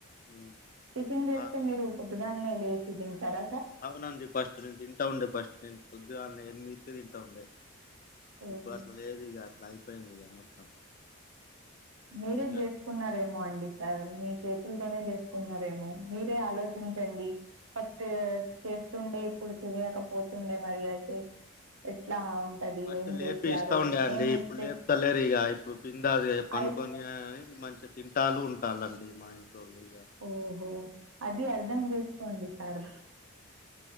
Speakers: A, on the left (about 40°); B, on the right (about 75°).
A: ఉమ్,
B: టిఫిన్ చేస్తే
A: ఆ,
B: మీరు పొద్దుగాల్నే లేచి దింటరా
A: అవునండి ఫస్ట్ నేను తింటా ఉండే ఫస్ట్ నేను పొద్దుగాన్నే ఎనిమిదికే తింటా ఉండే
B: ఓ
A: ఇప్పుడట్ల లేదు ఇగ అట్లా అయిపోయింది ఇగ మొత్తం
B: మీరే
A: ఇగ
B: జేసుకున్నారేమో అండి సార్ మీ చేతుల్తోనే చేసుకున్నారేమో మీరే ఆలోచించండి ఫస్ట్ చే తుండే ఇప్పుడు చెయకపోతుండే మరి అయితే ఎట్లా ఉంటది
A: ఫస్ట్
B: ఏం
A: లేపి
B: చేసారు
A: ఇస్తా ఉండే అండి
B: ఏం మిస్టేక్
A: ఇప్పుడు లేపుత లేరిగ ఇప్పుడు పింద పనుకొని
B: అయి
A: మంచిగా తింటాలు ఉంటాలండి మా ఇంట్లోళ్ళు ఇక
B: ఓహో అది అర్ధం చేసుకోండి సార్